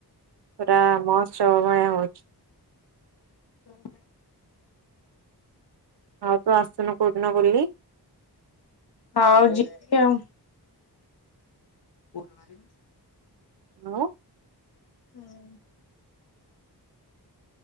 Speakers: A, on the right; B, on the left.
A: ପୁରା ମସ୍ତ ଚ ଭଳିଆ ହଉଛି।
B: ହୁଁ।
A: ଆଉ ତୁ ଆସୁନୁ କୋଉଦିନ ବୁଲି?
B: ହଉ ଯିବି ଆଉ। କୋଉରା ମାରିବି?
A: ଆଉ
B: ହୁଁ।